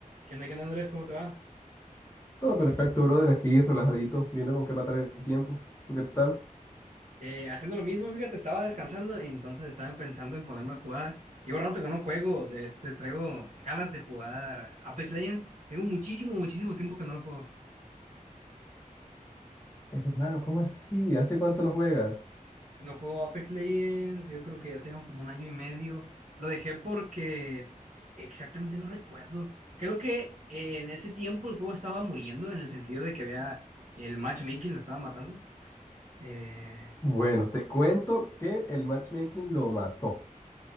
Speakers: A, on the right; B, on the left.
A: ¿Qué onda, qué onda, Andrés? ¿Cómo te va?
B: Todo perfecto, brother, aquí relajadito, viendo con qué matar el tiempo. ¿Tú qué tal?
A: Eh, haciendo lo mismo, fíjate, estaba descansando, entonces estaba pensando en ponerme a jugar. Llevo rato que no juego, este, traigo ganas de jugar Apex Legends. Tengo muchísimo, muchísimo tiempo que no lo juego.
B: Es hermano, ¿cómo así? ¿Hace cuánto no juegas?
A: No juego Apex Legends, yo creo que ya tengo como un año y medio. Lo dejé porque exactamente no recuerdo. Creo que eh, en ese tiempo el juego estaba muriendo en el sentido de que había el matchmaking lo estaba matando. Eh,
B: Bueno, te cuento que el matchmaking lo mató.